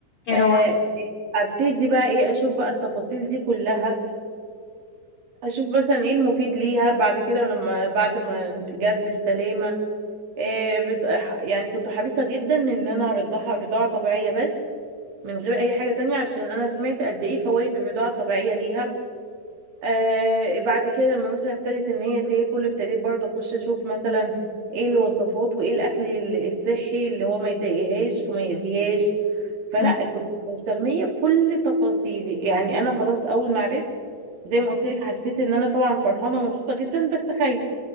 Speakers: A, on the left; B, on the right.
A: يا
B: آه،
A: روحي
B: ابتدي بقى ايه اشوف بقى التفاصيل دي كلها اشوف مثلا ايه المفيد ليها بعد كده لما بعد ما جت بالسلامه آه، بد- ح- يعني كنت حريصة جدا ان انا ارضعها رضاعة طبيعية بس من غير اي حاجة تانية عشان انا سمعت قد ايه فوائد الرضاعة الطبيعية ليها آه بعد كده لما مثلا ابتدت ان هي تاكل ابتديت برضه اخش اشوف مثلا ايه الوصفات وايه الاكل ال- الصحي اللي هو ما يضايقهاش وما يأذيهاش فلا
A: مم.
B: كنت مهتمية بكل تفاصيل يعني انا خلاص اول ما عرفت زي ما قلت لك حسيت ان انا طبعا فرحانه ومبسوطه جدا بس خايفه